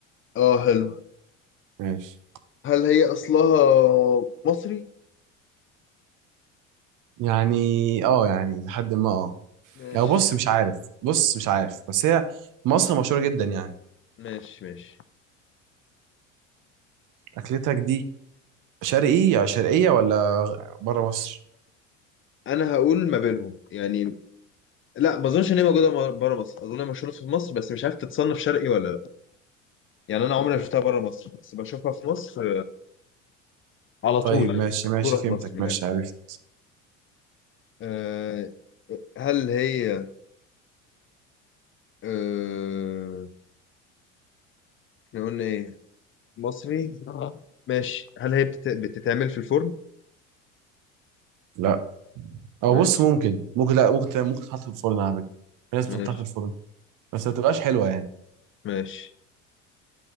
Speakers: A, on the left (about 35°); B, on the right (about 55°).
A: اه حلو
B: ماشي
A: هل هي أصلها مصري؟
B: يعني اه يعني لحد ما اه
A: ماشي
B: يعني بص مش عارف بص مش عارف بس هي مصر مشهورة جدا يعني
A: ماشي ماشي
B: اكلتك دي شرقي يعني شرقية ولا بره مصر
A: أنا هقول ما بينهم يعني لا ما أظنش إن هي موجودة بره مصر أظن هي مشهورة في مصر بس مش عارف تتصنف شرقي ولا لا يعني أنا عمري ما شفتها بره مصر بس بشوفها في مصر على طول
B: طيب ماشي
A: يعني
B: ماشي
A: مشهورة في
B: فهمتك
A: مصر من
B: ماشي
A: الآخر
B: عرفت
A: أه هل هي أه... احنا قلنا إيه؟ مصري آه. ماشي هل هي بتت... بتتعمل في الفرن
B: لا او
A: ماشي
B: بص ممكن ممكن لا ممكن تعمل- ممكن تحط في الفرن على فكره في ناس
A: ماشي
B: بتحطها في الفرن بس ما بتبقاش حلوه يعني
A: ماشي